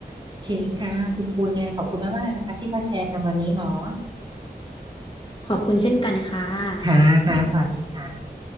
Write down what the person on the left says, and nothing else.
ขอบคุณเช่นกันค่ะ